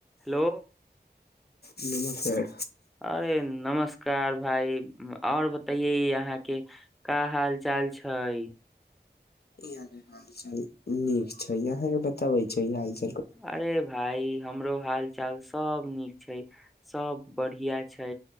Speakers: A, in the centre; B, on the left.
A: hello
B: नमस्कार
A: अरे नमस्कार भाय आऔर बतैे अहाँ के का हाल चाल छै
B: यहाँ के हाल चाल नीक छै यहाँ के बताबे छै हाल चाल
A: अरे भाइ हमरो हाल चाल सब नीक छै सब बढ़िया छै